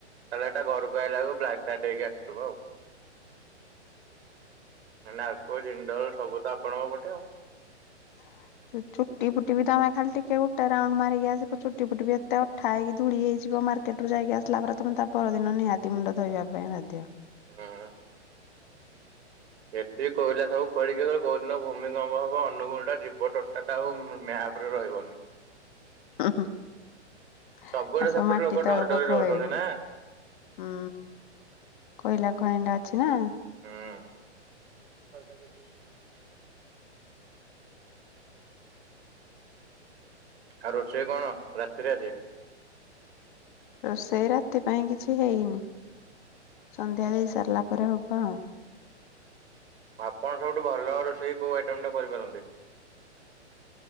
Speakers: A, on the right (about 65°); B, on the left (about 45°).
A: ତାହେଲେ ଏଟା ଘରକୁ ଆଇଲା ବେଳକୁ ବ୍ଲାକ ସାର୍ଟ ହେଇକି ଆସଥିବ ଆଉ। ନାଲକୋ, ଜିଣ୍ଡଲ ସବୁ ତ ଆପଣଙ୍କ ପଟେ ଆଉ।
B: <inaudible> ଚୁଟି ଫୁଟି ବି ତମେ ଖାଲି ଟିକେ ଗୋଟେ ରାଉଣ୍ଡ ମାରିକି ଆସିବ ଚୁଟି ଫୁଟି ବି ଏତେ ଅଠା ହେଇକି ଧୂଳି ହେଇଯିବ ମାର ସେଠୁ ଯାଇକି ଆସିଲା ପରେ ତମେ ତା ପରଦିନ ନିହାତି ମୁଣ୍ଡ ଧୋଇବା ପାଇଁ ବାଧ୍ୟ।
A: ଉଁ। ଏତିି କହିଲା ସବୁ ଖୋଳିକି କୋଉ ଦିନ ଭୂମି କମ୍ପ ହବ ଅନୁଗୁଳ ଟା ଯିବ ଟୋଟାଲେ ଆଉ ମ୍ୟାପ୍। ରେ ରହିବନି।
B: ଉଁ ହୁଁ ଆ
A: ସବୁବେଳେ
B: ସବୁ
A: ସେପଟେ
B: ମାଟି
A: ଲୋକ
B: ତଳକୁ
A: ଡରି ଡରି
B: ପଳେଇବୁ।
A: ରହୁଛନ୍ତି ନା।
B: ହୁଁ କୋଇଲା ଖଣିଟା ଅଛି ନା।
A: ହୁଁ <inaudible> ଆଉ ରୋଷେଇ କଣ ରାତିରେ ଆଜି?
B: ରୋଷେଇ ରାତି ପାଇଁ କିଛି ହେଇନି ସନ୍ଧ୍ୟା ଦେଇ ସାରିଲା ପରେ ହବ ଆଉ।
A: ଆପଣ ସବୁଠୁ ଭଲ ରୋଷେଇ କୋଉ ଆଇଟମ ଟା କରିପାରନ୍ତି?